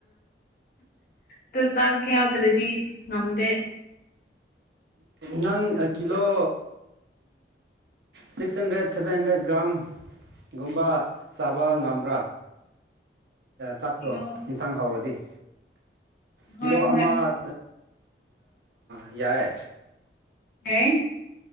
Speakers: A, on the left; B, on the right.
A: ꯇꯨ ꯆꯥꯛ ꯌꯥꯎꯗ꯭ꯔꯗꯤ ꯅꯝꯗꯦ
B: ꯅꯪ kilo six hundred seven hundred gram ꯒꯨꯝꯕ ꯆꯥꯕ ꯉꯝꯕ꯭ꯔꯥ ꯆꯥꯛꯇꯣ
A: ꯀꯤꯂꯣ
B: ꯏꯟꯁꯥꯡ ꯍꯥꯎꯔꯗꯤ ꯀꯤꯂꯣ
A: ꯍꯣꯏ ꯍꯣꯏ
B: ꯑꯃ ꯌꯥꯏ
A: ꯍ